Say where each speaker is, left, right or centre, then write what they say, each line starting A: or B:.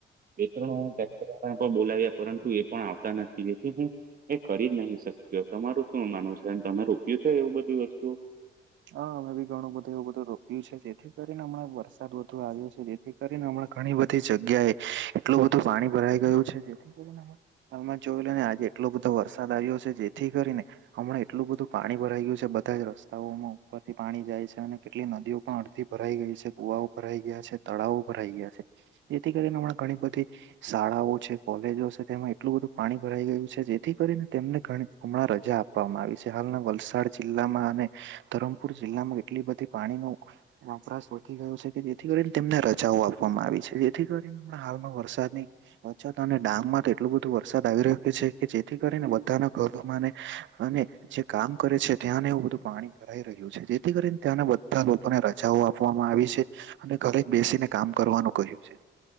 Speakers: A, on the right (about 45°); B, on the right (about 70°).
A: બે ત્રણ ટેક્ટર વાલા ને પણ બોલાવ્યા પરંતુ એ પણ આવતા નથી જેથી હું એ કરી નહી શક્યો તમારું શું માનવું છે તમે રોપ્યું છે એવું બધી વસ્તુ
B: હા અમે બી ઘણું બધું એવું બધું રોક્યું છે તેથી થી કરીને હમણાં વરસાદ વધતો આવ્યો છે જેથી કરીને હમણાં ઘણી બધી જગ્યાએ એટલું બધું પાણી ભરાઈ ગયું છે જેથી હાલમાં જોય લે ને આજે એટલો બધો વરસાદ આવ્યો છે જેથી કરીને હમણાં એટલું બધું પાણી ભરાઈ ગયું છે બધા જ રસ્તાઓમાં ઉપરથી પાણી જાય છે અને કેટલી નદીઓ પણ અડધી ભરાઈ ગઈ છે કુવાઓ ભરાઈ ગયા છે તળાવ ભરાઈ ગયા છે જેથી કરીને હમણાં ઘણી બધી શાળાઓ છે કોલેજો છે તેમાં એટલું બધું પાણી ભરાઈ ગયું છે જેથી કરીને તેમને ઘણી હમણાં રજા આપવામાં આવી છે હાલના વલસાડ જિલ્લામાં અને ધરમ પુર જિલ્લામાં કેટલી બધી પાણીનું વપરાશી ગયો છે કે જેથી કરીને તેમને રજાઓ આપવામાં આવી છે જેથી કરીને હાલમાં વરસાદની અછત અને ડાંગ માં તો એટલું બધું વરસાદ આવી રહ્યો છે કે જેથી કરીને બધાના ઘરોમાંને અને જે કામ કરે છે ત્યાં ને એવું બધું પાણી ભરાય રહ્યું છે જેથી કરીને ત્યાંને બધા લોકોને રજાઓ આપવામાં આવી છે અને ઘરે જ બેસીને કામ કરવાનું કહ્યું છે